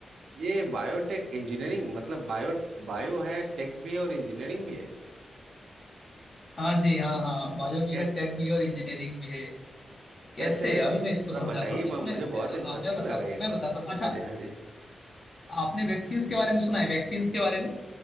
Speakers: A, on the right (about 75°); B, on the left (about 35°).
A: ये बायोटेक इंजीनियरिंग मतलब बायो बायो है टेक भी है और इंजीनियरिंग भी है
B: हाँ जी हाँ हाँ बायो भी
A: कैसे
B: है टेक भी है और इंजीनियरिंग भी है कैसे
A: कैसे है
B: अभी
A: मतलब
B: मैं इसको
A: थोड़ा
B: समझाता
A: बताइए
B: हूँ
A: म-
B: इसमें
A: मुझे
B: अ,
A: बहुत इंटरेस्टिंग
B: हाँ मैं बताता
A: लग रहा है
B: हूँ
A: ये
B: मैं
A: तो
B: बताता हूँ अच्छा
A: हाँ जी हाँ जी
B: आपने वैक्सीन्स के बारे में सुना है वैक्सीन्स के बारे में